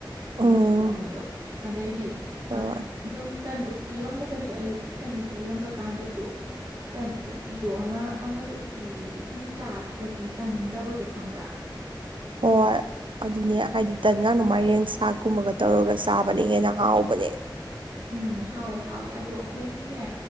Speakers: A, on the right; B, on the right.
A: ꯎꯝ
B: ꯃꯆꯨ ꯑꯃꯗꯣ ꯑꯗꯩꯗꯤ
A: ꯍꯣꯏ
B: ꯑ ꯁꯨꯝ ꯇꯟ ꯎꯇꯤ ꯌꯣꯟꯕꯗꯁꯨ ꯑꯌꯨꯛꯀꯤ ꯇꯟ ꯎꯇꯤ ꯌꯣꯟꯕ ꯀꯥꯟꯗꯁꯨ ꯇꯟ ꯎꯇꯤꯗꯣ ꯑꯃ ꯃꯪꯒꯜ ꯎꯇꯤ ꯁꯨꯝ ꯆꯥꯈꯤꯕꯒꯤ ꯆꯥꯅꯤꯡꯗꯕꯗꯣ ꯈꯪꯕ꯭ꯔ <inaudible>
A: ꯍꯣꯏ ꯑꯗꯨꯅꯦ ꯍꯥꯏꯗꯤ ꯇꯟꯒꯗꯨ ꯃꯥꯏꯔꯦꯟ ꯁꯥꯛꯀꯨꯝꯕꯒ ꯇꯧꯔꯒ ꯆꯥꯕꯅ ꯍꯦꯟꯅ ꯍꯥꯎꯕꯅꯦ
B: ꯎꯝ ꯍꯥꯎꯋꯦ ꯍꯥꯎꯋꯦ ꯑꯗꯣ ꯑꯩꯈꯣꯏꯒꯤꯅꯦ